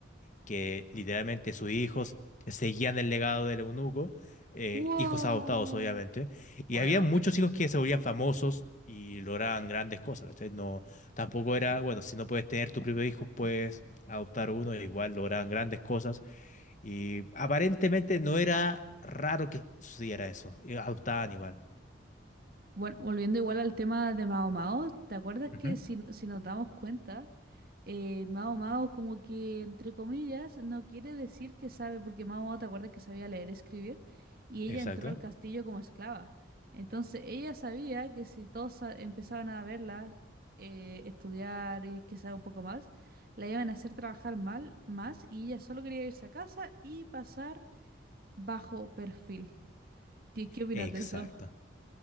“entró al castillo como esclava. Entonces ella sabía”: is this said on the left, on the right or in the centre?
Right